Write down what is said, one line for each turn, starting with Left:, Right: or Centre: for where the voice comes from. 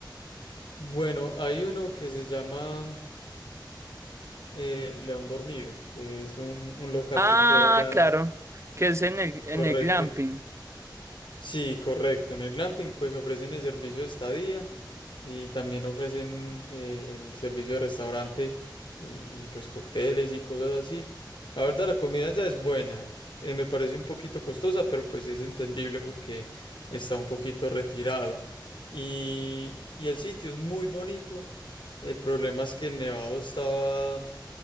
Left: Bueno, hay uno que se llama eh, León Dormido, que es un, un local
Right: Ah,
Left: que queda allá
Right: claro, que es en el,
Left: correcto.
Right: en el glamping.
Left: Sí, correcto. En el glamping pues ofrecen el servicio de estadía y también ofrecen eh, el servicio de restaurante y, y, pues cócteles y cosas así. La verdad la comida ya es buena. Eh, me parece un poquito costosa, pero pues es entendible porque está un poquito retirado. Y, y el sitio es muy bonito. El problema es que el nevado estaba,